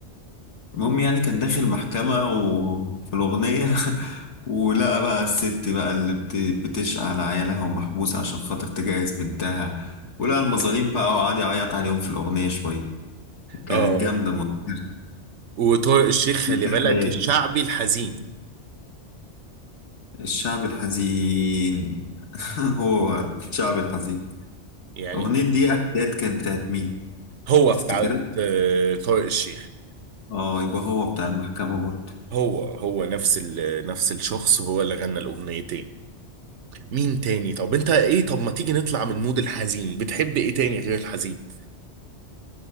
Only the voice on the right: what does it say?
اه
وطارق الشيخ خلي بالك
الشعبي الحزين
يعني
هو
بتاع آه، طارق الشيخ
هو هو نفس ال نفس الشخص هو اللي غنى الاغنيتين مين تاني طب انت ايه طب ما تيجي نطلع من مود الحزين بتحب ايه تاني غير الحزين